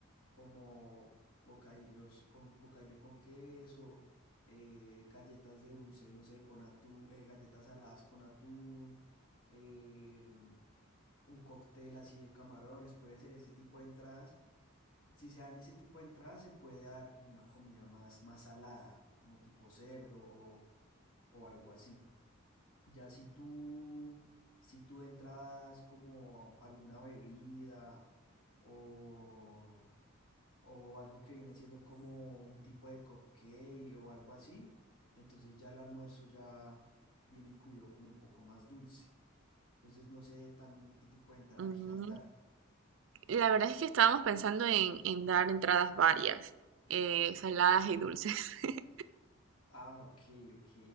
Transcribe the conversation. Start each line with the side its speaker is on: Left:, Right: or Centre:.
Left: como bocadillos con bocadillo con queso, eh, galletas de dulce, no sé, con atún, eh, galletas saladas con atún, em, un cóctel así de camarones, puede ser ese tipo de entradas si se dan ese tipo de entradas, se puede dar como una comida más, más salada, como tipo cerdo o, o algo así. Ya si tú, si tú de entrada como alguna bebida o, o algo que viene siendo como un tipo de cupcake o algo así, entonces ya el almuerzo ya viene incluido como un poco más dulce. Entonces no sé también qué tipo de entrada
Right: Mm,
Left: quieras dar.
Right: La verdad es que estábamos pensando en, en dar entradas varias, eh, saladas y dulces. <laughs>
Left: Ah, ok, ok.